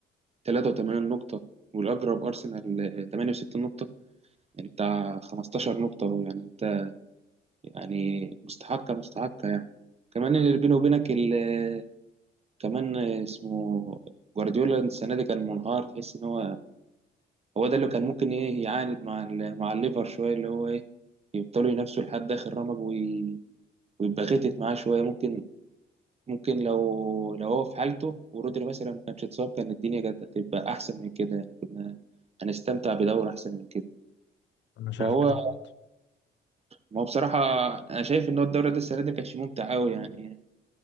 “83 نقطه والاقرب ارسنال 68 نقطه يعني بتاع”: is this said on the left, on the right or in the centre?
Right